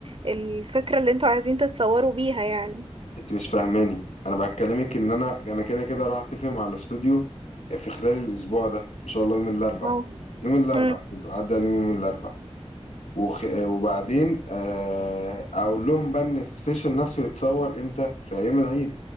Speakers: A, on the right; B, on the left.
A: الفكرة اللي انتوا عايزين تتصوروا بيها يعني
B: انت مش فاهماني انا بكلمك ان انا انا كده كده راح اتفق مع الاستوديو في خلال الاسبوع ده ان شاء الله يوم الاربع
A: اه
B: يوم الاربع
A: مم.
B: حلو عدى عليهم يوم الاربع وخ... آه، وبعدين آه، اقول لهم بقى ان السيشن نفسه يتصور امتى في ايام العيد